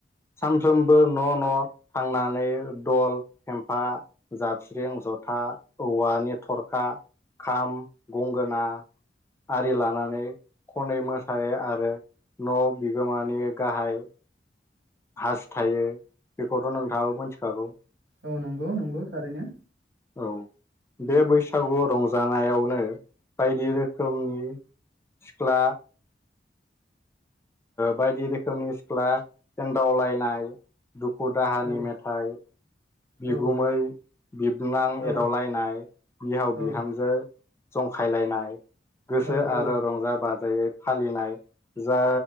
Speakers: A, on the left; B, on the right.
A: सानफ्रोमबो न' न' थांनानै दल फेमफा जाबस्रिं जथा औवानि थरखा खाम गंगोना आरि लानानै खनै मोसायो आरो न' बिगोमानि गाहाय हास थायो बेखौथ' नोंथाङाबो मिथिखागौ
B: औ नंगौ नंगौ थारैनो
A: औ बे बैसागु रंजानायावनो बायदि रोखोमनि सिख्ला बायदि रोखोमनि सिख्ला एनदावलायनाय दुखु दाहानि
B: औ
A: मेथाइ बिगुमै
B: औ
A: बिबनां
B: औ
A: एदावलायनाय बिहाव
B: औ
A: बिहामजो जंखायलायनाय गोसो
B: औ औ
A: आरो रंजा बाजायै फालिनाय जा